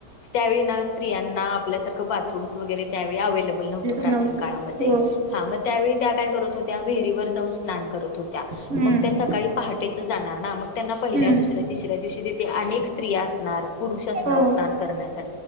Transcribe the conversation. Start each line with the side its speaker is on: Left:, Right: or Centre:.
Left: त्यावेळी स्त्रियांना आपल्यासारखं बाथरूम वैगरे त्यावेळी अवेलेबल नव्हतं प्राचीन
Right: नव्हते
Left: काळामध्ये
Right: हो
Left: हा त्यावेळी त्या काय करत होता त्या विहिरीवर जाऊन स्नान करत होत्या
Right: हम्म
Left: मग त्या सकाळी पहाटेच जाणार ना मग त्यांना पहिल्या
Right: हम्म
Left: दुसऱ्या दिवशी दुसऱ्या दिवशी तिथे अनेक स्त्री असणार पुरुष असणार
Right: हो
Left: स्नान करण्यास